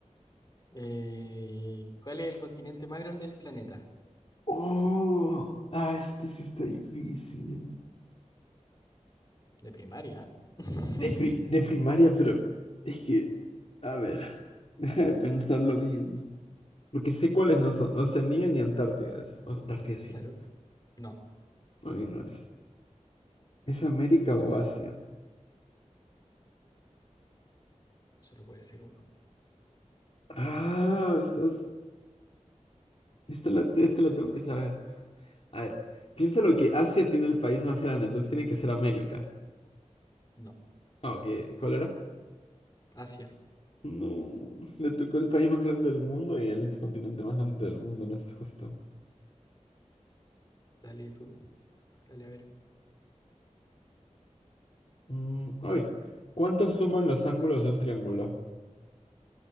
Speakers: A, on the left (about 30°); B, on the left (about 55°).
A: Eh, ¿cuál es el continente más grande del planeta?
B: Oh, ah, este sí está difícil.
A: De primaria. ¿Eh?
B: De, pri- de
A: <laughs>
B: primaria, pero es que, a ver, <laughs> deja de pensarlo bien. Porque sé cuáles no son, Oceanía ni Antártida es. O- Antártida sí
A: Claro.
B: es.
A: No,
B: No, ahí no es. ¿Es América o Asia?
A: solo puede ser uno.
B: Ah, estás... Esta la, esta la tengo que saber. A ver, piensa lo que Asia tiene el país más grande, entonces tiene que ser América.
A: No.
B: Ah, ok, ¿cuál era?
A: Asia,
B: No, le tocó el país más grande del mundo y el continente más grande del mundo, no es justo.
A: dale tú. Dale a ver.
B: Mm, ay, ¿cuántos suman los ángulos de un triángulo?